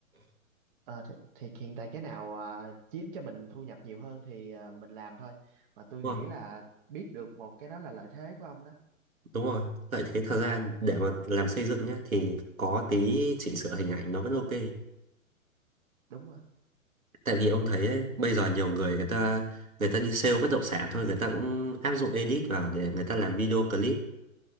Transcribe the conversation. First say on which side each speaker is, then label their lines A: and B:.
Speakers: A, on the right; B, on the right.
A: ờ, thì, thì hiện tại cái nào à, chiếm cho mình thu nhập nhiều hơn thì à, mình làm thôi. Mà tôi
B: đúng
A: nghĩ
B: rồi
A: là biết được một cái đó là lợi thế của ông đó.
B: đúng rồi lợi thế thời gian để mà làm xây dựng nhé thì có tí chỉnh sửa hình ảnh nó vẫn ok
A: Đúng rồi,
B: tại vì ông thấy ấy, bây giờ nhiều người người ta người ta đi sale bất động sản thôi người ta cũng áp dụng edit vào để người ta làm video clip